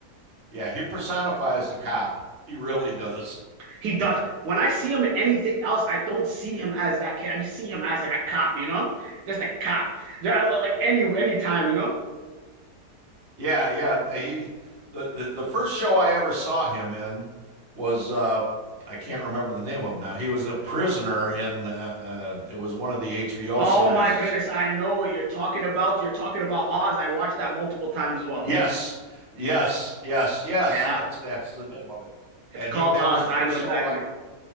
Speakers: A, on the right; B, on the right.
A: yeah he personifies the cop. He really does.
B: He does. When I see him in anything else, I don't see him as that kid. I just see him as like a cop, you know, just a cop. Yeah, Like any any time, you know.
A: Yeah yeah he the the, the first show I ever saw him in was uh, I can't remember the name of it now. He was a prisoner in uh, uh, it was one of the HBO
B: Oh
A: series
B: my goodness, I know what you're talking about. You're talking about Oz. I watched that multiple times as well.
A: Yes, yes, yes, yes.
B: Yeah,
A: That's that's the name of it. And
B: it's called
A: he that
B: Oz.
A: was the first
B: I know
A: show
B: exactly.
A: I